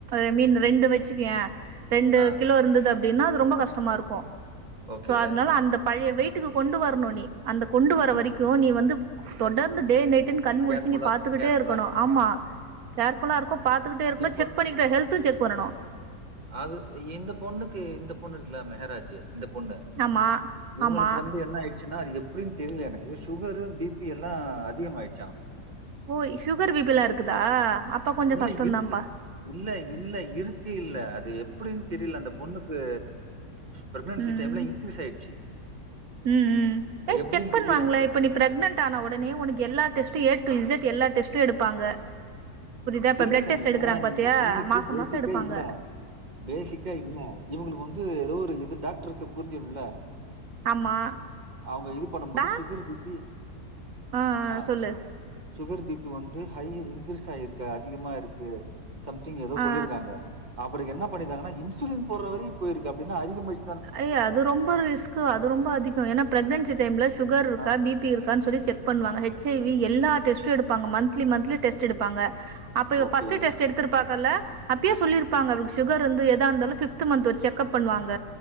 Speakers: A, on the right; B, on the right.
A: ஐ மீன் ரெண்டு வெச்சுக்கயே ரெண்டு
B: ஆ.
A: கிலோ இருந்தது அப்டினா அது ரொம்ப கஷ்டமா இருக்கு
B: ஓகே.
A: சோ அதனால அந்த பழைய வெயிட் க்கு கொண்டு வரணு நீ அந்த கொண்டு வர்ற
B: ம்.
A: வரைக்கு நீ வந்து தொடர்ந்து டே நைட்டுனு கண்முழிச்சி
B: கேர்ஃபுல்லா
A: நீ பாத்துகிட்டே
B: கேர்ஃபுல்லா
A: இரு
B: இருக்கணும்.
A: ப்பா கேர்ஃபுலா இருக்கு பாத்துகிட்டே இருக்கணு
B: இப்ப
A: செக் பண்ணிட்டே ஹெல்த்து செக் பண்ணணு
B: அது இந்த பொண்ணுக்கு இந்த பொண்ணு இருக்கல்ல மெஹராஜ் இந்த பொண்ணு
A: ஆமா
B: இவுங்களுக்கு
A: ஆமா
B: வந்து என்ன ஆயிடுச்சுன்னா அது எப்டின் தெரில எனக்கு சுகரு பி பி எல்லா அதிகமாயிச்சான்
A: ஓய் சுகர் பி பி எல்லா இருக்குதா அப்பா கொஞ்சோ
B: இல்ல
A: கஷ்டந்தான்பா
B: இருக்கு. இல்ல இல்ல இருக்கு இல்ல அது எப்டின்னு தெரில அந்த பொண்ணுக்கு பிரெகனன்சி
A: ம்
B: டைம்ல இன்கிரீஸ் ஆயிடுச்சு
A: ம் ம்
B: அது
A: ஏ செக்
B: எப்படின்னு
A: பண்ணுவாங்ளே
B: தெரியல எனக்கு
A: இப்ப
B: அது.
A: ப்ரெக்னட் ஆன உடனே உனக்கு எல்லா டெஸ்ட்டு ஏ டூ இசட் எல்லா டெஸ்ட்டு எடுப்பாங்க புரியுதா இப்ப
B: இல்ல
A: பிளட்
B: சாமிங்க
A: டெஸ்ட் எடுக்கறாங்க பாத்தியா
B: இந்த பொண்ணுக்கு
A: மாச
B: பேசிக்கா
A: மாச எடுப்பாங்க
B: இல்ல பேசிக்கா இல்ல இவங்களுக்கு வந்து ஒரு இது டாக்டர்க்கு புரிஞ்சிருமல்ல
A: ஆமா
B: அவுங்க இது பண்ணும்போது
A: டா
B: சுகர் பி பி
A: ஆ ஆ
B: அ
A: சொல்லு
B: சுகர் பி பி வந்து ஹை இன்கிரீஸ் ஆயிருக்கு அதிகமா இருக்கு சம்திங் எதோ
A: ஆ
B: சொல்லிருக்காங்க அப்றோ என்ன பண்ணிருக்காங்கனா இன்சுலின் போட்ற வரைக்கு போயிருக்கு அப்டினா அதிகமாயிருச்
A: ஏய் அது ரொம்ப ரிஸ்க்கு அது ரொம்ப அதிகோ ஏனா பிரக்னன்சி டைம்ல சுகர் இருக்கா
B: ஆ
A: பி பி இருக்கான் சொல்லி செக் பண்ணுவாங்க எச் ஐ வி எல்லா டெஸ்ட்டு எடுப்பாங்க மந்த்லி மந்த்லி டெஸ்ட்டு எடுப்பாங்க அப்ப இவ
B: ஓகே.
A: ஃபர்ஸ்ட் டெஸ்ட்டு எடு த்திருப்பாங்கல்ல அப்யே சொல்லிருப்பாங்க அவளுக்கு சுகர் இருந்து எதாயிந்தாலு ஃபிப்த் மந்த் ஒரு செக்கப் பண்ணுவாங்க